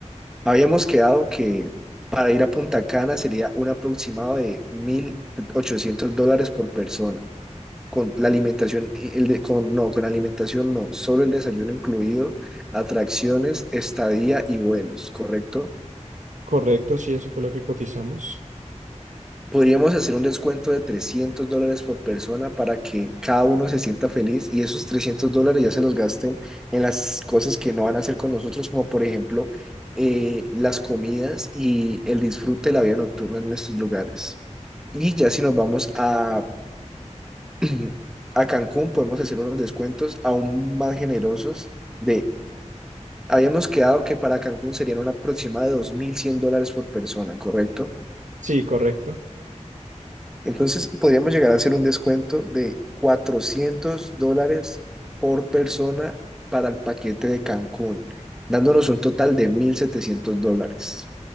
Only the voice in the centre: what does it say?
Habíamos quedado que para ir a Punta Cana sería un aproximado de mil ochocientos dólares por persona, con la alimentación, y el de, con, no, con alimentación no, solo el desayuno incluido, atracciones, estadía y vuelos, ¿correcto?
Podríamos hacer un descuento de 300 dólares por persona para que cada uno se sienta feliz y esos 300 dólares ya se los gasten en las cosas que no van a hacer con nosotros, como por ejemplo eh, las comidas y el disfrute de la vida nocturna en estos lugares. Y ya si nos vamos a, <clears throat> a Cancún, podemos hacer unos descuentos aún más generosos de, habíamos quedado que para Cancún serían un aproximado de 2.100 dólares por persona, ¿correcto?
Entonces, podríamos llegar a hacer un descuento de 400 dólares por persona para el paquete de Cancún, dándonos un total de 1.700 dólares.